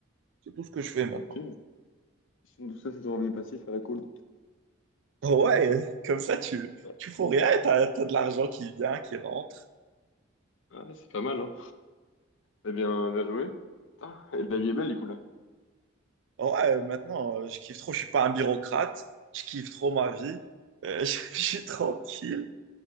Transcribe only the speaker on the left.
ok. Donc ça, c'est ton revenu passif à la cool.
Ouais,
Ouais, c'est pas mal, hein? Eh bien, bien joué. Putain, et la vie est belle, du coup, là.